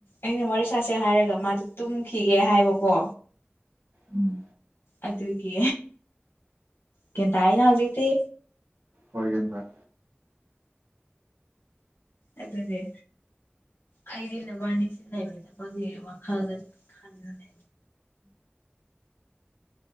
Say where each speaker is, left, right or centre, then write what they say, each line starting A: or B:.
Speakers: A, on the left; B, on the right.
A: ꯑꯩꯅ ꯋꯦꯔꯤ ꯁ ꯁꯥꯥꯁꯦ ꯍꯥꯏꯔꯒ ꯃꯥꯗꯣ ꯇꯨꯝꯈꯤꯒꯦ ꯍꯥꯏꯕꯀꯣ
B: ꯎꯝ
A: ꯑꯗꯨꯒꯤ ꯒ꯭ꯌꯥꯟ ꯇꯥꯔꯦꯅ ꯍꯧꯖꯤꯛꯇꯤ
B: ꯑꯣꯏ ꯒ꯭ꯌꯥꯟ ꯇꯥꯢ
A: ꯑꯗꯨꯅꯦ ꯑꯩꯗꯤ ꯅꯕꯥꯅꯤꯁꯦ ꯂꯩꯃꯤꯟꯅꯕꯒꯤ ꯋꯥꯈꯜꯗ ꯈꯟꯕꯅꯦ